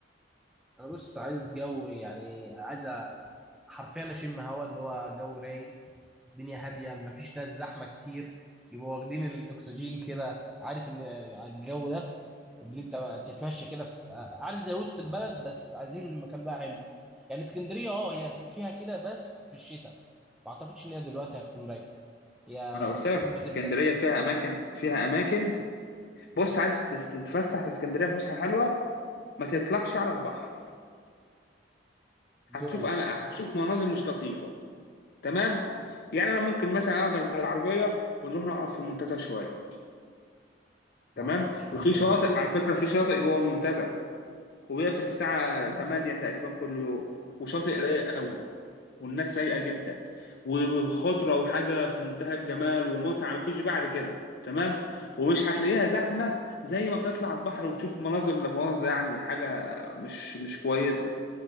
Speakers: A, in the centre; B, on the left.
A: انا بص عايز جو يعني عايز أ- حرفيا اشم هوا اللي هو جو رايق الدنيا هاديه ما فيش ناس زحمه كتير يبقوا واخدين الاكسجين كده عارف ان الجو ده اللي انت بقى تتمشى كده في عارف زي وسط البلد بس عايزين المكان بقى حلو يعني اسكندريه اه هي فيها كده بس في الشتاء ما اعتقدش ان هي دلوقتي هتكون رايقه هي
B: ما انا قلت لك
A: خلاص بتبدا
B: اسكندريه
A: تزحف
B: فيها اماكن فيها اماكن بص عايز تس- تتفسح في اسكندريه فسحه حلوه ما تطلعش على البحر هتشوف
A: جوه
B: أما... هتشوف مناظر مش لطيفه تمام يعني انا ممكن مثلا اخدك بالعربيه ونروح نقعد في المنتزه شويه تمام
A: ما عملتش منتزه
B: وفي شاطئ على فكره في شاطئ جوه المنتزه وبيقفل الساعه 8 تقريبا كل يوم وشاطئ رايق قوي والناس رايقه جدا وخضره وحاجه في منتهى الجمال ومتعه مفيش بعد كده تمام ومش هتلاقيها زحمه زي ما بتطلع البحر وتشوف مناظر لا مؤاخذه يعني حاجه مش مش كويسه